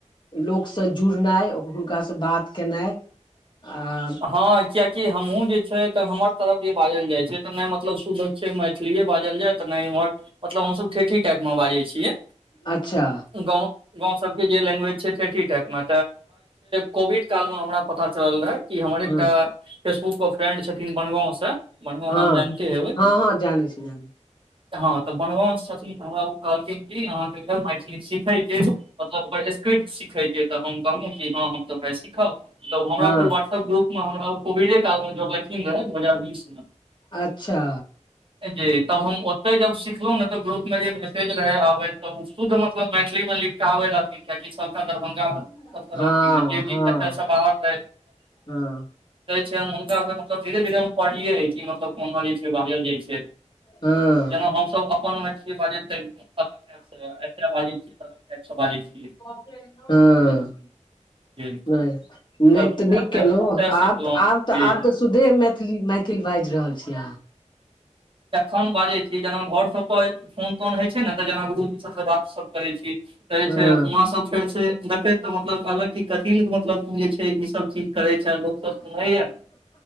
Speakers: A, on the left; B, on the right.
A: लोकसँ जुड़नाइ हुनकासँ बात केनाइ आ
B: हँ कियकि हमहुँ जे छै हमर तरफ जे बाजल जाय छै त नै मतलब शुध से मैथिलीए बाजल जाय तऽ नै इम्हर मतलब हमसब ठेठी टाइपमे बाजै छियै।
A: अच्छा
B: गाँव गाँं सब के जे लेंगुएज छैतैतीटाईप में कोविड काल में हमरा पता चलल रहे। कि हमर एकटा
A: हँ
B: फेसबुक पर फ्रेंड छथिन बनगाँंव से बनगाँंव
A: हँ
B: नाम जानते हेबै
A: हँ हँ जानै छी जानै छी
B: हँ तऽ बनवान छथिन तऽ हमरा ओ कहलखिन कि अहाँके मैथिली सीखयके मतलब ओकर स्किप्ट सीखयके तऽ हम कहलहुँ कि हँ हम तऽ भायइ सीखब। तऽ हमरा
A: हँ
B: फेर व्हाट्सएप ग्रुपमे हमरा ओ कोविडे कालमे जोरलैन। तखिन रह दू हजार बी कृष्णअ
A: अच्छा
B: जी तब हम ओते जब सिखलों ने त ग्रुप मे जे मेसेज रहे आबे त ओ शुद्ध मतलब मैथिली मे लिख ाबे रहथिन कआाकि सबस दरभंगा
A: हँ
B: मे सब
A: हँ
B: रहथिन जे
A: हँ
B: भी ए सब आत रहै
A: हँ
B: हुनका मतलब धीरे धीरे हम पढ़ियै कि मतलब कहना जे छै बाजल जाइ छै।
A: हँ
B: जेना हम सब अपन मैथिली बाजैत ऐतै बाजै छियै।
A: हँ
B: जे
A: नहि नहि
B: तब फेर
A: तऽ केलो
B: हम ओतय सिखलहुँ
A: आब आब तऽ
B: जे
A: आब तऽ सुधे मैथिल मैथिल बाजि रहल छीै अहाँ
B: एखन बाजै छी जेना घर सब पर फोन तोन होइ छै ने तऽ जेना गुरूजी सबसँ बात सब करै छी। कहै
A: हँ
B: छै वहं सब फेर से देखैत तऽ मतलब कहलक क कथिी मतलब जे छै? सब चीज करै छै लोक सब सुनैएा